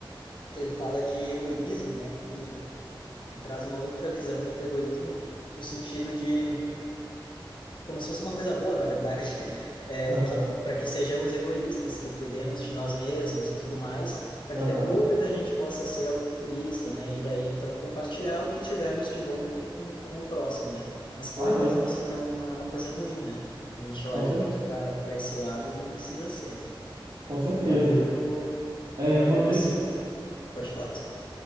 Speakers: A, on the left; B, on the right.
A: que ele fala de egoísmo, né? E, e traz uma outra visão do egoísmo no sentido de como se fosse uma coisa boa, na verdade, <laughs> é,
B: aham,
A: que para que sejamos egoístas, que cuidemos de nós mesmos e tudo mais, para
B: aham.
A: que depois a gente possa ser altruísta, né? E daí então compartilhar o que tivermos de bom com, com o próximo, né? Mas que
B: Ah,
A: o egoísmo
B: é,
A: em si não, não é uma coisa ruim, né? A gente
B: com,
A: olha
B: cer
A: muito para para esse lado e não precisa ser, né?
B: com certeza.
A: Ele é um livro,
B: É,
A: ele é
B: uma
A: um livro
B: vez,
A: assim, pode falar, desculpa.